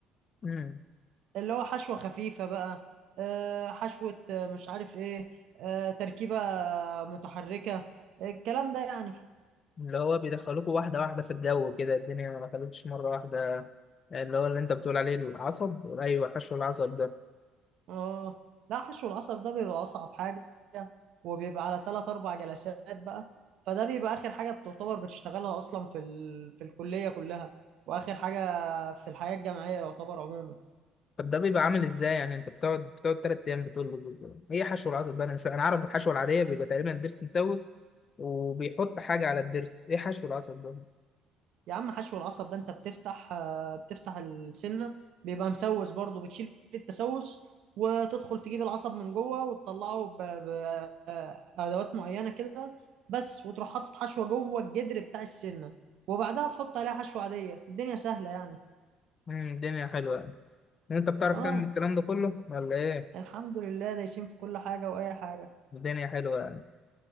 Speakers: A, on the left (about 40°); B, on the right (about 60°).
A: مم.
B: اللي هو حشوة خفيفة بقى آه، حشوة آه، مش عارف ايه آه، تركيبة متحركة الكلام ده يعني
A: اللي هو بيدخلوكوا واحدة واحدة في الجو كده الدنيا ما دخلتش مرة واحدة اللي هو اللي انت بتقول عليه العصب أيوة حشو العصب ده
B: اه لا حشو العصب ده بيبقى اصعب حاجه وبيبقى على ثلاث اربع جلسات بقى فده بيبقى اخر حاجه بتعتبر بتشتغلها اصلا في ال... في الكليه كلها واخر حاجه في الحياه الجامعيه يعتبر عموما
A: طب ده بيبقى عامل ازاي يعني انت بتقعد بتقعد تلات أيام بتقول له ايه حشو العصب ده أنا مش فاهم. أنا عارف الحشوة العادية بيبقى تقريبا الضرس مسوس وبيحط حاجة على الضرس ايه حشو العصب ده
B: يا عم حشو العصب ده انت بتفتح آه، بتفتح السنه بيبقى مسوس برضه بتشيل التسوس وتدخل تجيب العصب من جوه وتطلعه بادوات معينه كده بس وتروح حاطط حشوه جوه الجدر بتاع السنه وبعدها تحط عليها حشوه عاديه الدنيا سهله يعني
A: مم، الدنيا حلوة يعني انت بتعرف
B: اه
A: تعمل الكلام ده كله ولا ايه
B: الحمد لله دايسين في كل حاجة وأي حاجة
A: الدنيا حلوه يعني